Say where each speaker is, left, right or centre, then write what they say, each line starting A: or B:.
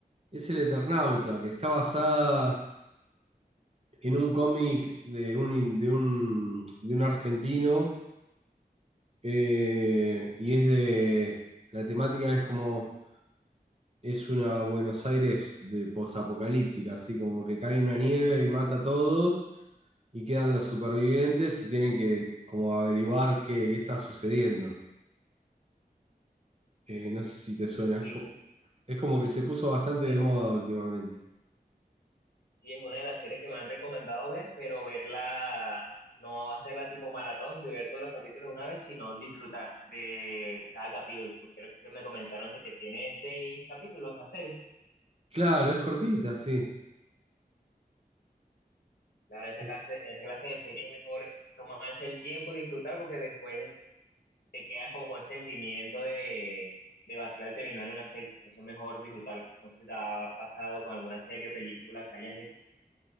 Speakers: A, on the right; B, on the left.
A: es El Eternauta, que está basada en un cómic de un, de un, de un argentino eh, y es de... La temática es como... Es una Buenos Aires de posapocalíptica, así como que cae una nieve y mata a todos y quedan los supervivientes y tienen que como averiguar qué, qué está sucediendo. Eh, no sé si te
B: Mm,
A: suena.
B: sí,
A: Es como que se puso bastante
B: bueno.
A: de moda últimamente.
B: Sí, es una de las series que me han recomendado ver, pero verla, no hacerla tipo maratón, de ver todos los capítulos una vez, sino disfrutar de cada capítulo. Porque creo que me comentaron de que tiene seis capítulos la serie.
A: Claro, es cortita, sí.
B: Claro, esa
A: Sí,
B: clase, esa clase de serie es mejor tomarse el tiempo y disfrutar porque después te quedas como con ese sentimiento de, de vacío al terminar una serie. Entonces es mejor disfrutarla. No sé si te ha pasado con alguna serie o película que hayas visto.